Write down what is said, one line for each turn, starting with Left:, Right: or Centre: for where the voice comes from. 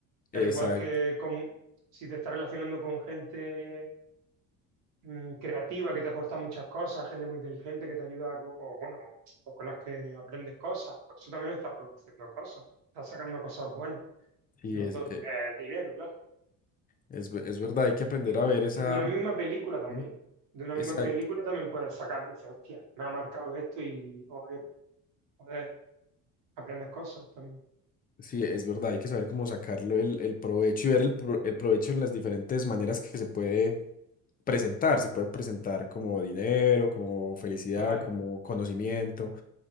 Right: pero
Left: Exacto,
Right: igual que como, si te estás relacionando con gente mm, creativa que te aporta muchas cosas, gente muy inteligente que te ayuda, co- o bueno, o con las que aprendes cosas, pues eso también estás produciendo cosas, estás sacando cosas buenas,
Left: sí,
Right: no
Left: es,
Right: todo
Left: eh,
Right: es dinero, claro.
Left: es, ve- es verdad, hay que aprender
Right: Y,
Left: a ver
Right: y-
Left: esa,
Right: y de una misma película también,
Left: Dime.
Right: de una misma
Left: exacto,
Right: película también puedes sacar, dices, hostia, me ha marcado esto y o, eh, puedes aprender cosas también.
Left: sí, es verdad, hay que saber cómo sacarlo el, el provecho y ver el, pro- el provecho en las diferentes maneras que se puede presentar, se puede presentar como dinero, como felicidad,
Right: Claro,
Left: como conocimiento.